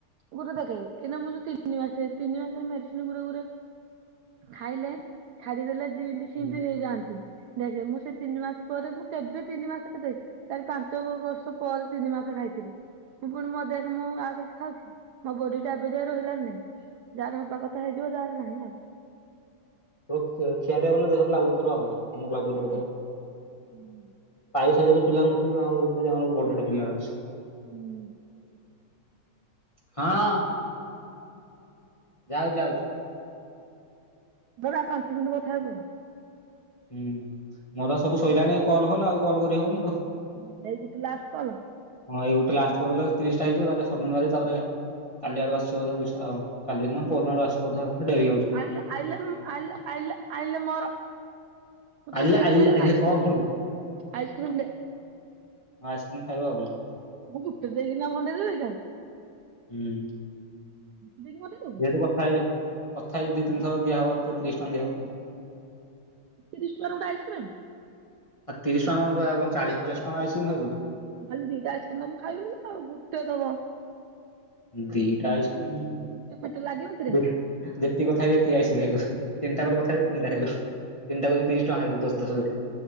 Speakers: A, on the right; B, on the left.
A: ଗୋଟେ ଦେଖେ ଏଇନା ମୁ ଯୋଉ ତିନି ମାସେ ତିନି ମାସେ ମେରିସିନ ଗୁଟେ ଗୁଟେ ଖାଇଲେ ଛାଡିଦେଲେ ଜିନ୍ତି ଶିନ୍ତି
B: ହୁଁ।
A: ହେଇଯାଆନ୍ତି। ଦେଖେ ମୁଁ ସେ ତିନି ମାସ ପରେ ମୁଁ କେବେ ତିନି ମାସ କେବେ ଚାରି ପାଞ୍ଚ ବ -ବର୍ଷ ପରେ ତିନି ମାସ ଖାଇଥିଲି। ଏ ପୁଣି ମୋ ଦେହଖ ମୁଁ ଆଉ କିଛି ଖାଉଚି, ମୋ ବଡି ଟା ଏବେ ଯାଇ ରହିଲାନି ନାଇଁ, ଯାହାର ହବା କଥା ହେଇଯିବ ଯାହାର ନାହିଁ ଆଉ।
B: ତୋର ଖିଆ ପିଆ କଲେ ଦେହରେ ଲାଗୁ ତୋର ହଉନି, ଆମକୁ ଲାଗୁନି
A: ହୁଁ।
B: ବୋଧେ।
A: ହୁଁ
B: ଖାଇ ସାରି କି ପିଲାଙ୍କୁ ଦେଖନୁ ତାଙ୍କର ଏବେ ଯାଏଁ ନେ ବଡ ବଡ ପିଲାଯାକ ବସି
A: ହୁଁ।
B: ହଁ ଯାଉ ଯାଉଚି।
A: ଧ ର ପାଞ୍ଚ ମିନିଟ କଥା ହଇ ପଡ।
B: ହୁଁ ମୋର ତ ସବୁ ଶଇଲାଣି କଲ୍ ଫଲ୍ ଆଉ କଲ୍ କରିହଉନି ଆଉ।
A: ହୁଁ ଏଇ ଗୋଟେ ଲାଷ୍ଟ କଲ?
B: ହଁ ଏଇ ଗୋଟେ ଲାଷ୍ଟ କରିଦେଲେ ତିରିଶଟା ହେଇଯିବ ତାପରେ ସବମିଟ ମାରିକି ତାପରେ କାଲି ଆଡୁ ଆସୁଚି ବୋଧେ ପଇସା ଆଉ। କାଲି ନା ପରଦିନ ଆଡୁ ଆସିବ ବୋଧେ ଆଉ
A: ହୁଁ
B: ଡେରି ହଉଛି
A: ଆଇଲ ଆଇଲ ଆଇଲ ଆଇଲ ଆଇଲ ମୋର ମତେ
B: ଆଇଲ
A: ଷ୍ଟେସନାରୀ
B: ଆଇଲ ଆଇଲ
A: ଆଇସ୍କ୍ରିମ
B: କଣ କରୁ,
A: ଆଇସ୍କ୍ରିମ ଦେ
B: ଆଉ ଆସି ଖାଇବ ଆଉ।
A: ମୁଁ ଗୋଟେ ଦେଇକି ନା ଭଣ୍ଡେଇ ଦେଇଚ?
B: ହୁଁ।
A: ଦେଇକି ଭଣ୍ଡେଇ ଦବୁ
B: ଯେହେତୁ କଥା ହେଇ କଥା ହେଇଯା ଦି ତିନି ଥର ଦିଆହବ ତ ତୋତେ ତିରିଶ ଟଙ୍କା ଦିଆ ହବ।
A: ତିରିଶ ଟଙ୍କାର ଗୋଟେ ଆଇସ୍କ୍ରିମ୍।
B: ଆଉ ତିରିଶ ଟଙ୍କା କଣ ଆ ଚାଳିଶ ପଚାଶ ଟଙ୍କାର ଆଇସକ୍ରିମ ଖାଇବୁ ତୁ?
A: ଭାବଲି ଦିଟା ଆଇସ୍କ୍ରମ ଦବୁ ମୁ ଖାଇବ ବୋଲି ନା ଆଉ ଗୋଟେ ଦବ?
B: ଦିଟା ଆଇସ୍କିମ,
A: ଗୋଟେ ପେଟ ଲାଗିବ କିରେ।
B: ଯେତି ଯେତିକ କଥା ହେ, ସେତିକି ଆଇସକ୍ରି ଖାଇବୂ। ତିନି ଟା କଲ୍ କଥାହବୁ ତିନିଟା ଖାଇବୁ। ତିନିଟା କରି ତିରିଶ ଟଙ୍କା ଖାଇବୁ ଦଶ ଦଶ ଧରି।